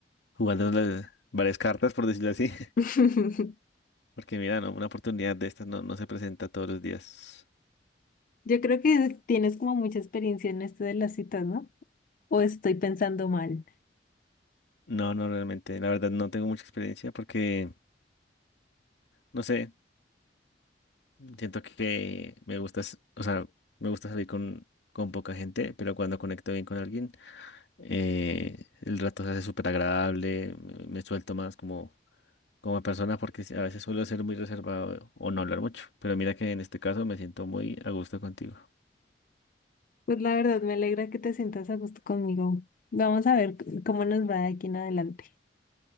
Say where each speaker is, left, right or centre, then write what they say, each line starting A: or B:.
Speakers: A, on the left (about 80°); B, on the left (about 50°).
A: jugando las- varias cartas, por decirlo así.
B: <laughs>
A: <laughs> Porque mira, no, una oportunidad de estas no, no se presenta todos los días.
B: Yo creo que tienes como mucha experiencia en esto de las citas, ¿no? O estoy pensando mal.
A: No, no, realmente. La verdad no tengo mucha experiencia porque, no sé, siento que me gusta, s- o sea, me gusta salir con, con poca gente, pero cuando conecto bien con alguien, eh, el rato se hace súper agradable, me me suelto más como... como persona porque sí, a veces suelo ser muy reservado o no hablar mucho, pero mira que en este caso me siento muy a gusto contigo.
B: Pues la verdad me alegra que te sientas a gusto conmigo. Vamos a ver c- cómo nos va de aquí en adelante.